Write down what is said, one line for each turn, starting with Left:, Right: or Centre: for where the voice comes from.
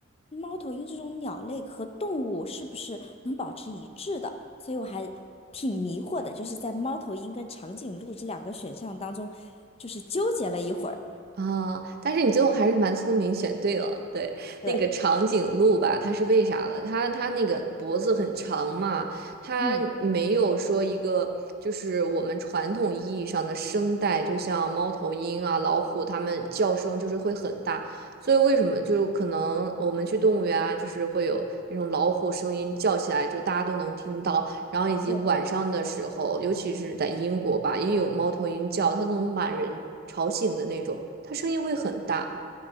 Left: 猫头鹰这种鸟类和动物是不是能保持一致的，所以我还挺迷惑的，就是在猫头鹰跟长颈鹿这两个选项当中，就是纠结了一会儿。
Right: 啊，但是你最后还是蛮聪明，选对了。对，
Left: 对，
Right: 那个长颈鹿吧，它是为啥了？它它那个脖子很长嘛，它没有说一个就是我们传统意义上的声带，
Left: 嗯，
Right: 就像猫头鹰啊、老虎，它们叫声就是会很大。所以为什么就可能我们去动物园啊，就是会有那种老虎声音叫起来，就大家都能听到。然后以及晚上的时候，
Left: 对，
Right: 尤其是在英国吧，也有猫头鹰叫，它能把人吵醒的那种，它声音会很大。